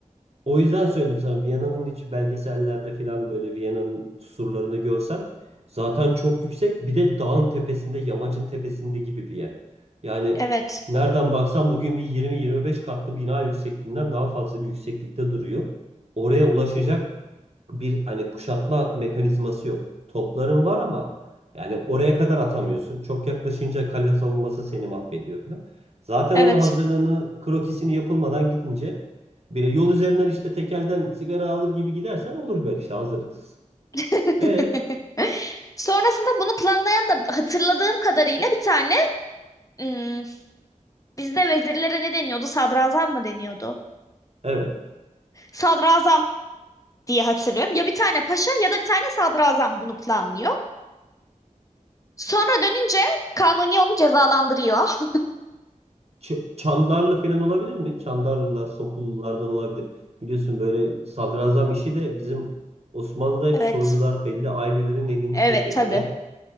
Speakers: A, on the right; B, on the left.
A: O yüzden söyledim sana Viyana'nın hiç belgesellerde falan böyle Viyana'nın surlarını görsen zaten çok yüksek bir de dağın tepesinde yamacın tepesinde gibi bir yer. Yani
B: Evet.
A: nereden baksan bugün bir 20-25 katlı bina yüksekliğinden daha fazla bir yükseklikte duruyor. Oraya ulaşacak
B: Hı hı,
A: bir hani kuşatma mekanizması yok. Topların var ama yani oraya kadar atamıyorsun. Çok yaklaşınca kale savunması seni mahvediyor falan. Zaten
B: Evet.
A: onun hazırlığını, krokisini yapılmadan gidince biri yol üzerinden işte tekelden sigara alır gibi gidersen olur böyle işte hazırlıksız.
B: <laughs>
A: Ve
B: Sonrasında bunu planlayan da hatırladığım kadarıyla bir tane hmm, bizde vezirlere ne deniyordu? Sadrazam mı deniyordu?
A: evet.
B: Sadrazam diye hatırlıyorum. Ya bir tane paşa ya da bir tane sadrazam bunu planlıyor. Sonra dönünce Kanuni onu cezalandırıyor.
A: Ç- Çandarlı falan olabilir mi? Çandarlılar, Sokullulardan olabilir. Biliyorsun böyle sadrazam işi de bizim Osmanlı'da hep
B: Evet.
A: soylular belli ailelerin elinin
B: Evet
A: tekelinde.
B: tabii.
A: Hep